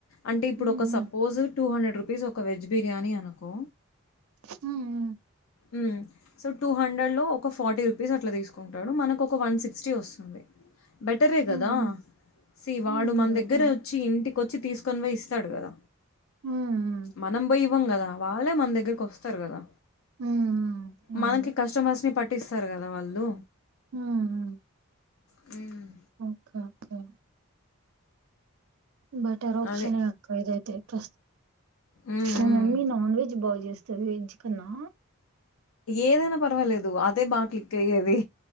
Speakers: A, on the left; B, on the right.
A: అంటే ఇప్పుడు
B: హ్మ్.
A: ఒక
B: హ్మ్.
A: సప్ టు హన్రెడ్ రూపీస్ ఒక వెజ్ బిర్యానీ అనకో
B: హ్మ్ హూ
A: హ్మ్ సో టూ హండ్రెడ్లో ఒక ఫార్టీ రూపీస్ అట్లా తీసుకుంటాడు మనకొక వన్ సిక్స్టీ వస్తుంది బెటరే
B: హ్మ్. హ్మ్.
A: కదా సీ వాడు
B: హ్మ్.
A: మన
B: బెటర్.
A: దగ్గర వచ్చి ఇంటికి వచ్చి తీసుకొని పోయి తడుగద
B: హ్మ్. హ్మ్.
A: మనం బోయి ఇవ్వం గా వాళ్ళే మన దగ్గరకి వస్తారు కదా
B: హ్మ్. హ్మ్. అవును.
A: మనకి కస్టమర్స్ ని పట్ పట్టిస్తారు కదా వాళ్ళు
B: హ్మ్ హ్మ్
A: హ్మ్
B: ఓకే ఓకే బెటర్ ఆప్షనే
A: అదే
B: అక్క ఇదైతే ప్రస్
A: ఉమ్,
B: మ
A: ఉమ్.
B: మమ్మీ నాన్ వెెజ్ బా చేస చదిఎంచికన్నా
A: ఏదైనా పర్వాలేదు అదే బాగా క్లిక్ అయ్యేది